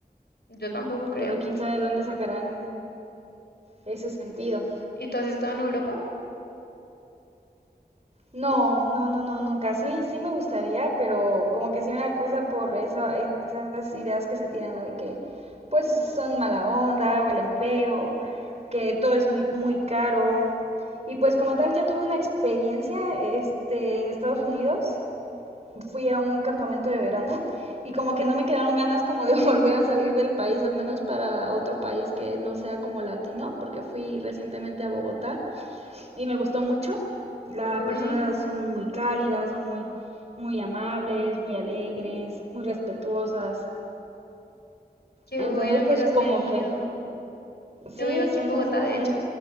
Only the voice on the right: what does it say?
pero quién sabe dónde sacarán ese sentido.
No, no, no, no, nunca. Sí, sí me gustaría, pero como que sí me da cosa por esa, esas ideas que se tienen ¿no? de que pues son mala onda, huelen feo, que todo es muy, muy caro. Y pues como tal, ya tuve una experiencia, este, en Estados Unidos. Fui a un campamento de verano y como que no me quedaron ganas como de <laughs> volver a salir del país, al menos para otro país que no sea como latino, porque fui recientemente a Bogotá y me gustó mucho. Las
personas son muy cálidas, son muy, muy amables, muy alegres, muy respetuosas.
Entonces,
pues
como
que
sí,
sí,
nos dimos
ahí.